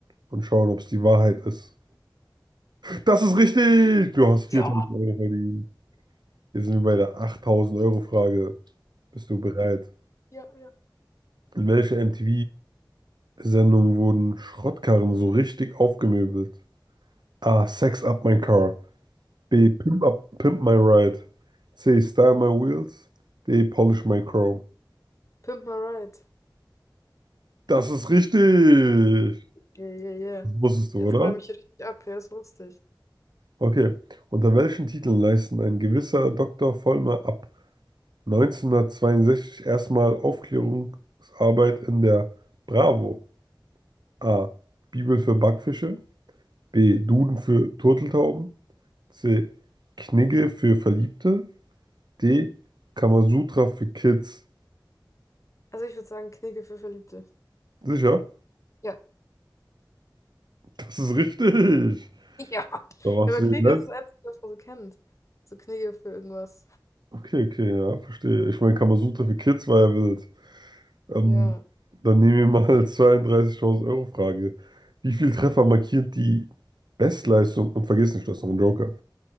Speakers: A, on the right; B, on the left.
A: und schauen, ob es die Wahrheit ist. Das ist richtig! Du hast viertausend
B: Ja.
A: Euro verdient. Hier sind wir bei der 8000 Euro Frage. Bist du bereit?
B: Ja, ja.
A: In welcher M T V Sendung wurden Schrottkarren so richtig aufgemöbelt. A. Sex Up My Car. B. Pimp Up, Pimp My Ride. C. Style My Wheels. D. Polish My Chrome.
B: Pimp my ride.
A: Das ist richtig!
B: Yeah, yeah, yeah.
A: Das wusstest du,
B: Jetzt
A: oder?
B: räume ich richtig ab. Ja, das ist lustig.
A: Okay. Unter welchen Titeln leisten ein gewisser Doktor Vollmer ab 1962 erstmal Aufklärungsarbeit in der Bravo? A. Bibel für Backfische. B. Duden für Turteltauben. C. Knigge für Verliebte. D. Kamasutra für Kids.
B: Also ich würde sagen, Knigge für Verliebte.
A: Sicher?
B: Ja.
A: Das ist richtig.
B: Ja. Ja, <laughs>
A: Da warst
B: aber
A: du
B: Knigge
A: den Netz.
B: ist das Einzige, was man so kennt. So Knigge für irgendwas.
A: Okay, okay, ja, verstehe. Ich meine, Kamasutra für Kids war ja wild. Ähm,
B: Ja,
A: dann nehmen wir mal <laughs> 32.000 Euro Frage. Wie viel Treffer markiert die Bestleistung? Und vergiss nicht, das ist noch ein Joker.